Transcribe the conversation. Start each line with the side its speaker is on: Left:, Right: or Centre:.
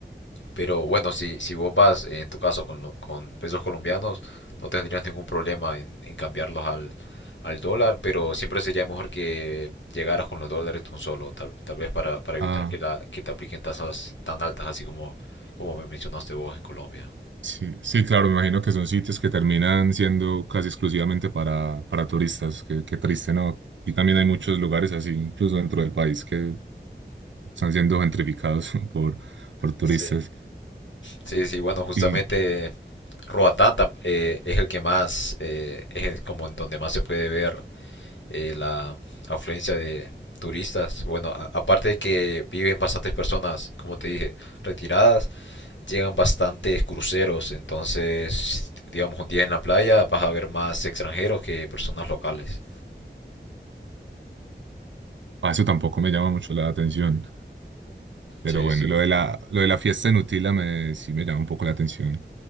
Left: pero bueno, si, si vos vas eh, en tu caso con, lo- con pesos colombianos, no tendrías ningún problema en, en cambiarlos al, al dólar, pero siempre sería mejor que llegaras con los dólares de un solo, tal, tal vez para, para evitar
Right: ah,
Left: que, la, que te apliquen tasas tan altas, así como, como me mencionaste vos en Colombia.
Right: sí, sí, claro, me imagino que son sitios que terminan siendo casi exclusivamente para, para turistas, qué, qué triste, ¿no? Y también hay muchos lugares así, incluso dentro del país, que están siendo gentrificados <laughs> por, por turistas
Left: Sí, sí, sí, bueno, justamente
Right: y
Left: Roatán tam- eh, es el que más, eh, es el- como en donde más se puede ver eh, la afluencia de turistas. Bueno, a- aparte de que viven bastantes personas, como te dije, retiradas, llegan bastantes cruceros. Entonces, digamos, un día en la playa vas a ver más extranjeros que personas locales.
Right: a eso tampoco me llama mucho la atención. Pero
Left: Sí,
Right: bueno,
Left: sí,
Right: lo de la, lo de la fiesta en Utila me, sí me llama un poco la atención.